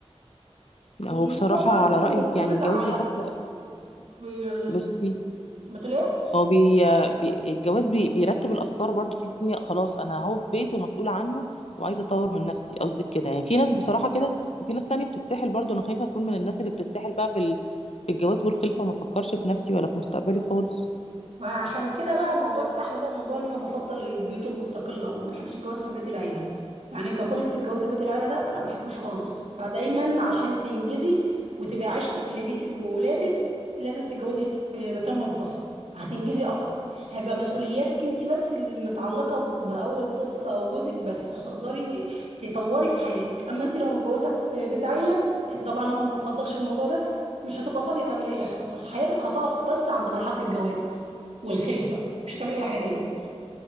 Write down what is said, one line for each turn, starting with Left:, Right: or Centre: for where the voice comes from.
Right: والموضوع
Left: هو بصراحة
Right: برضو
Left: على رأيك
Right: بيرتبط
Left: يعني الجواز
Right: على
Left: بيفكر
Right: بير...
Left: بصي
Right: بتقول إيه؟
Left: هو بي... بي... الجواز بي... بيرتب الافكار برضو تحس ان خلاص انا هو في بيت ومسؤوله عنه وعايزه اطور من نفسي قصدك كده يعني في ناس بصراحه كده وفي ناس تانية بتتسحل برضو انا خايفه اكون من الناس اللي بتتسحل بقى في ال... في الجواز والخلفه وما افكرش في نفسي ولا في مستقبلي خالص
Right: فعشان كده بقى موضوع السحر ده موضوع ان انا بفضل البيوت المستقله ما بحبش الجواز في بيت العيله يعني كونك تتجوزي في بيت العيله ده انا ما بحبوش خالص فدايما عشان تنجزي وتبقى عشتك لبيتك وولادك لازم تتجوزي في مكان منفصل هتنجزي اكتر هيبقى مسؤولياتك انت بس المتعلقه باول طفل او جوزك بس هتقدري تطوري في حياتك اما انت لو متجوزه في بيت عيله طبعا انا ما بفضلش الموضوع ده مش هتبقى فاضيه تعملي اي حاجه خالص حياتك هتقف بس عند مرحله الجواز والخلفه مش هتعملي اي حاجه تاني